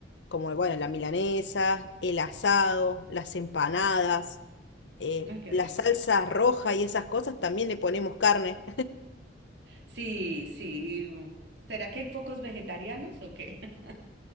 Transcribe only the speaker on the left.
como bueno, la milanesa, el asado, las empanadas, eh,
la
salsa roja y esas cosas también le ponemos carne.